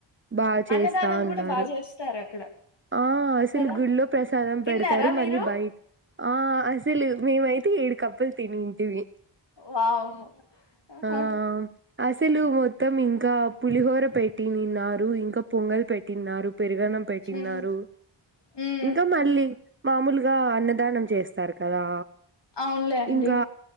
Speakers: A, on the right; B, on the left.
A: బాగా చేస్తా
B: అన్నదానం
A: ఉన్నారు
B: కూడా బాగా చేస్తారు అక్కడ
A: ఆ అసలు
B: కదా
A: గుళ్లో ప్రసాదం
B: తిన్నారా
A: పెడతారు
B: మీరు
A: మళ్లీ బయ ఆ అసలు మేమైతే ఏడు కప్పులు తినింటిమి
B: వామ్మో ఆహా
A: ఆ అసలు మొత్తం ఇంకా పులిహోర పెట్టినిన్నారు ఇంకా పొంగల్ పె ట్టింన్నారు పెరుగన్నం పెట్టింన్నారు
B: ఉమ్ ఉమ్
A: ఇంకా మళ్లీ మాములుగా అన్నదానం చేస్తారు కదా
B: అవునులే అండి
A: ఇంకా